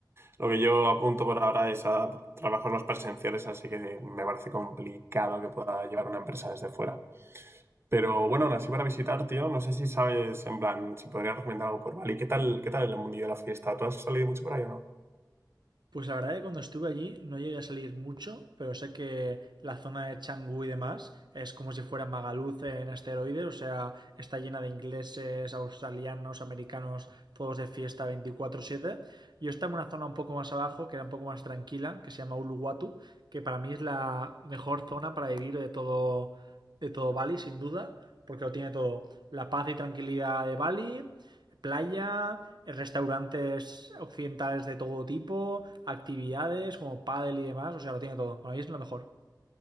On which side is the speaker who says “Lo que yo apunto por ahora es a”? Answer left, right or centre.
Right